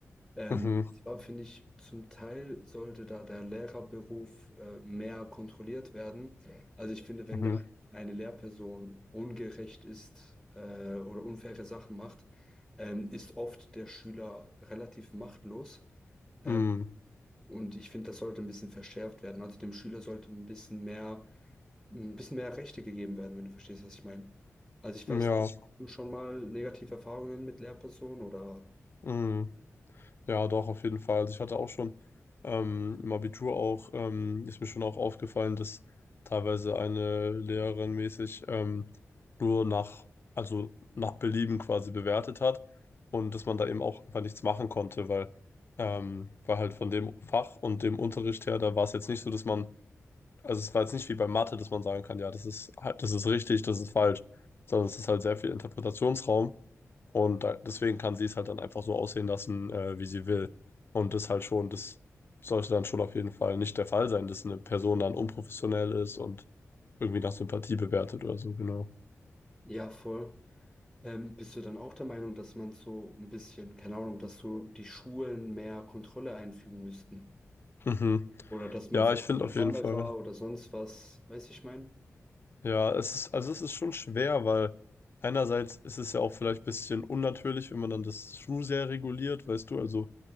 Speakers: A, in the centre; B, on the left.
A: Ähm,
B: Mhm,
A: zwar finde ich, zum Teil sollte da der Lehrerberuf äh, mehr kontrolliert werden. Also ich finde, wenn
B: mhm,
A: da eine Lehrperson ungerecht ist äh, oder unfaire Sachen macht, ähm, ist oft der Schüler relativ machtlos. Ähm,
B: mhm,
A: und ich finde, das sollte ein bisschen verschärft werden. Also dem Schüler sollte ein bisschen mehr, ein bisschen mehr Rechte gegeben werden, wenn du verstehst, was ich meine. Also ich
B: Mm,
A: weiß
B: ja,
A: nicht, hast du schon mal negative Erfahrungen mit Lehrpersonen oder
B: mhm, ja, doch, auf jeden Fall. Also ich hatte auch schon ähm, im Abitur auch, ähm, ist mir schon auch aufgefallen, dass teilweise eine Lehrerin mäßig ähm, nur nach, also nach Belieben quasi bewertet hat und dass man da eben auch einfach nichts machen konnte, weil, ähm, weil halt von dem Fach und dem Unterricht her, da war es jetzt nicht so, dass man also es war jetzt nicht wie bei Mathe, dass man sagen kann, ja, das ist halt, das ist richtig, das ist falsch, sondern es ist halt sehr viel Interpretationsraum und da, deswegen kann sie es halt dann einfach so aussehen lassen, äh, wie sie will. Und das halt schon, das sollte dann schon auf jeden Fall nicht der Fall sein, dass eine Person dann unprofessionell ist und irgendwie nach Sympathie bewertet oder so, genau.
A: ja, voll. Ähm, bist du dann auch der Meinung, dass man so ein bisschen, keine Ahnung, dass so die Schulen mehr Kontrolle einfügen müssten?
B: Mhm.
A: Oder dass man
B: Ja,
A: vielleicht
B: ich finde
A: eine
B: auf
A: Kamera
B: jeden Fall.
A: oder sonst was, weiß ich mein?
B: Ja, es ist, also es ist schon schwer, weil einerseits ist es ja auch vielleicht ein bisschen unnatürlich, wenn man dann das True sehr reguliert, weißt du, also